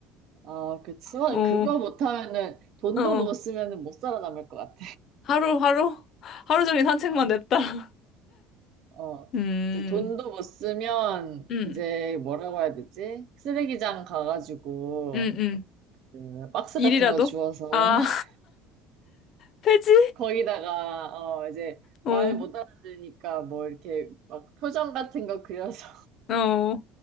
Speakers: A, on the right; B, on the left.
A: 어, 그, 지원,
B: 어,
A: 그거
B: 어,
A: 못하면은, 돈도
B: 어.
A: 못 쓰면은 못 살아남을 것 같아.
B: 하루, 하루? 하루 종일 산책만
A: 어,
B: 냅다. <laughs>
A: 어.
B: 음,
A: 이제 돈도 못 쓰면,
B: 음,
A: 이제 뭐라고 해야 되지? 쓰레기장 가가지고,
B: 음, 음.
A: 그 박스
B: 일이라도?
A: 같은 거 주워서,
B: 아,
A: <laughs>
B: <laughs> 폐지?
A: 거기다가, 어, 이제
B: 어,
A: 말 못 알아들으니까 뭐 이렇게 막 표정 같은 거 그려서
B: 어,